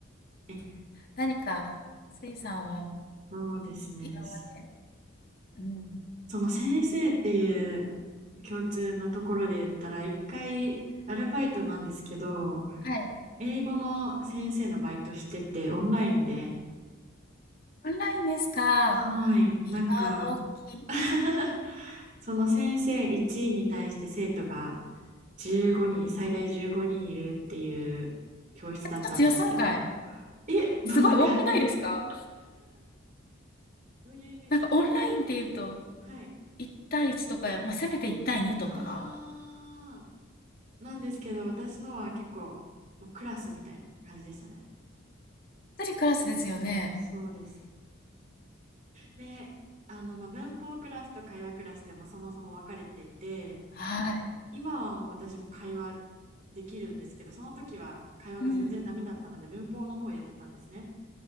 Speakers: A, on the right (about 40°); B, on the left (about 45°).
A: え、
B: 何か、せいさんは
A: そうですね。
B: 今まで、うん、
A: その先生っていう共通のところで言ったら、一回アルバイトなんですけど、
B: はい。
A: 英語の先生のバイトしてて、オンラインで、
B: オンラインですか。
A: はい、
B: 今時。
A: なんか <laughs> その先生1位に対して生徒が15人、最大15人いるっていう教室だったんですけど、
B: え、ちょっと予想外。
A: え、どんな感じ
B: すごい多くないですか？
A: <laughs> どういうイメージでした
B: なんかオンラインっていうと、
A: はい。
B: 1対1とか、まあせめて1対2とか
A: あーなんですけど、私のは結構、もうクラスみたいな感じでしたね。
B: 一人クラスですよね。
A: そうです。で、あの、まあ、文法クラスと会話クラスって、まあ、そもそも分かれてて、
B: はい。
A: 今はもう私も会話できるんですけど、その時は会話が全然ダメだったので、
B: うん。
A: 文法の方をやってたんですね。